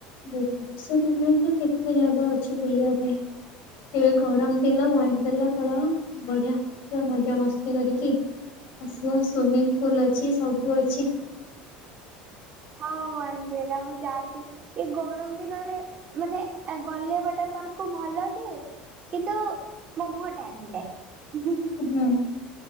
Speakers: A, on the left; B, on the right.
A: ଭୁବନେଶ୍ଵର ହେଲେ ତ କେତେ ଜାଗା ଅଛି ବୁଲିବା ପାଇଁ। ଏବେ ଗରମ ଦିନ ୱାଣ୍ଡେର୍ଲା ପଳାଅ। ବଢିଆ ପୁରା ମଜା ମସ୍ତି କରିକି ଆସିବ। ସୁଵଇମିଙ୍ଗ ପୁଲ ଅଛି ସବୁ ଅଛି।
B: ହଁ ୱାଣ୍ଡରେଲା ମୁଁ ଯାଇଥିଲି। ଏ ଗରମ ଦିନରେ ମାନେ ଗଲେ ୱାଟର ପାର୍କ କୁ ଭଲ ଯେ କିନ୍ତୁ ମୋ ମୁହଁ ଟ୍ୟାନ ହେଇଯାଏ।
A: ହୁଁ।